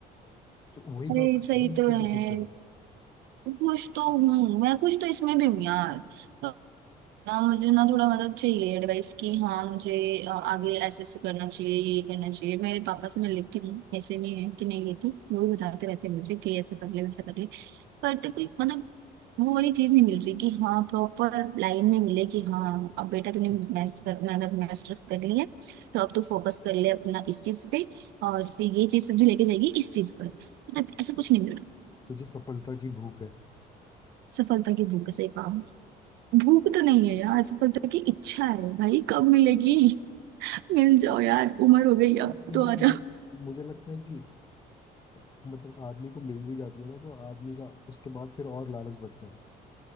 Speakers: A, on the left; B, on the right.
A: तो वही
B: अरे
A: काम करेगा
B: सही
A: जिसमें
B: तो है
A: तू खुश रहे
B: कुछ तो हूँ मैं कुछ तो इसमें भी हूँ यार तो ना मुझे ना थोड़ा मतलब चाहिए एडवाइस की हाँ मुझे अ, आगे ऐसे ऐसे करना चाहिए ये करना चाहिए मेरे पापा से मैं लेती हूँ ऐसे नहीं है कि नहीं लेती वो भी बताते रहते हैं मुझे कि ऐसा कर ले वैसा कर ले बट कोई मतलब वो वाली चीज नहीं मिल रही कि हाँ प्रॉपर लाइन में मिले कि हाँ अब बेटा तूने
A: तुझे
B: मैथ्स कर मतलब मास्टर्स कर लिया तो अब तू फोकस कर ले अपना इस चीज पे और फिर ये चीज तुझे लेके जाएगी इस चीज पर मतलब ऐसा कुछ नहीं मिल रहा
A: तुझे सफलता की भूख है
B: सफलता की भूख से पाऊं भूख तो नहीं है यार सफलता की इच्छा है भाई कब मिलेगी <laughs> मिल जाओ यार उम्र हो गई
A: अरे
B: अब
A: लेकिन
B: तो आ
A: मुझे
B: जाओ
A: मुझे लगता है कि अ, मतलब आदमी को मिल भी जाती है ना तो आदमी का उसके बाद फिर और लालच बढ़ता है